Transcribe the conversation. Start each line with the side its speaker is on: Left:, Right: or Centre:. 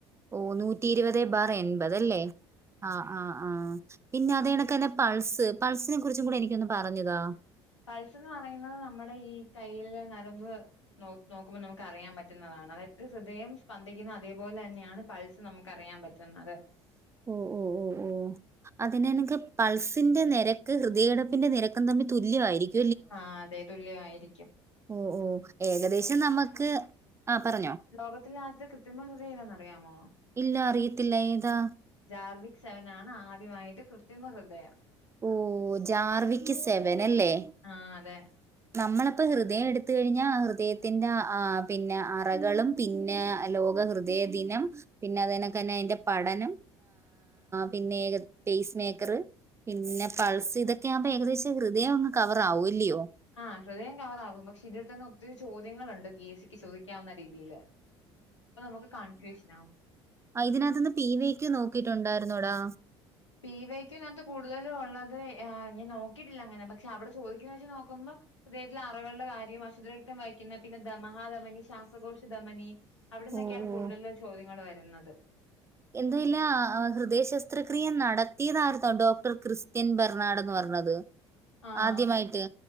Right: ഓ നൂറ്റി ഇരുവതേ ബാർ എൺപത് അല്ലെ അ ആഹ് ആഹ് പിന്നെ അതേണക്കെന്നെ പൾസ് പൾസിനെ കുറിച്ചും കൂടെ എനിക്കൊന്ന് പറഞ്ഞ്താ
Left: പൾസ് ന്ന് പറയുന്നത് നമ്മുടെ ഈ കയ്യിലേ നരമ്പ് നോ നോക്കുമ്പോൾ നമുക്ക് അറിയാൻ പറ്റുന്നതാണ് അതായത് ഹൃദയം സ്പന്ദിക്കുന്ന അതേപോലെ അന്നെയാണ് പൾസ് നമുക്ക് അറിയാൻ പറ്റ റ്റ്ന്നത്
Right: ഓ ഓ ഓ ഓ അതിനെണക്ക് പൾസിന്റെ നെരക്ക് ഹൃദയട്പ്പിന്റെ നിരക്കും തമ്മിൽ തുല്യവായിരിക്കും.
Left: ആ അതെ തുല്യവായിരിക്കും
Right: ഓ ഓഹ് ഏകദേശം നമക്ക് ആ പറഞ്ഞോ?
Left: ലോകത്തില ആദ്യത്തെ കൃത്യമ ഹൃദയം ഏതാന്ന് അറിയാമോ?
Right: ഇല്ല അറിയത്തില്ല ഏതാ
Left: ജാർവിക് സെവൻ ആണ് ആദ്യമായിട്ട് കൃത്രിമ ഹൃദയം
Right: ഓ ജാർവിക് സെവൻ അല്ലേ
Left: ആഹ് അതെ
Right: നമ്മള്പ്പ ഹൃദയം എടുത്ത് കഴിഞ്ഞാ ഹൃദയത്തിന്റെ ആ പിന്നെ അറകളും പിന്നെ ലോക ഹൃദയദിനം പിന്നെ അതെനകന്നെ അയിന്റെ പഠനം പിന്നെ സ്പെയ്സ് മേ ക്ക്ർ പിന്നെ പൾസ് ഇതൊക്കെ ആവുമ്പോ ഏകദേശം ഹൃദയം അങ്ങ് കവർ ആവും ല്ല്യോ?
Left: ആഹ് ഹൃദയം കവറാവും പക്ഷെ ഇതിൽ തന്നെ ഒത്തിരി ചോദ്യങ്ങളുണ്ട്. പി എ സിക്ക് ചോദിക്കാവുന്ന രീതിയില് അപ്പൊ നമുക്ക് കൺഫ്യൂഷൻ ആവും
Right: അ ഇതിനകത്ത്ന്ന് പി വി ക്യു നോക്കിട്ടുണ്ടായിരുന്നോ എടാ
Left: പി വെ ക്യു നാത്ത് കൂടുതലും ഉള്ളത് ഞാൻ നോക്കിട്ടില്ല അങ്ങനെ പക്ഷെ അവിടെ ചോദിക്കുന്ന വെച്ച് നോക്കുമ്പം ഹൃദയത്തിലെ അറകൾടെ കാര്യവും അശുദ്ധരക്തം വഹിക്കുന്ന പിന്നെ ദമഹാധമനി ശ്വാസകോശധമനി അവിട്ന്നൊക്കെയാണ്
Right: ഓ
Left: കൂടുതല്
Right: ഓ
Left: ചോദ്യങ്ങള് വരുന്നത്.
Right: എന്തു ഇല ഹൃദയ ശസ്ത്രക്രിയ നടത്തിയതാർന്നോ ഡോക്ടർ ക്രിസ്ത്യൻ ബെർണാഡ് എന്ന് പറഞ്ഞത്
Left: ആഹ്
Right: ആദ്യമായിട്ട്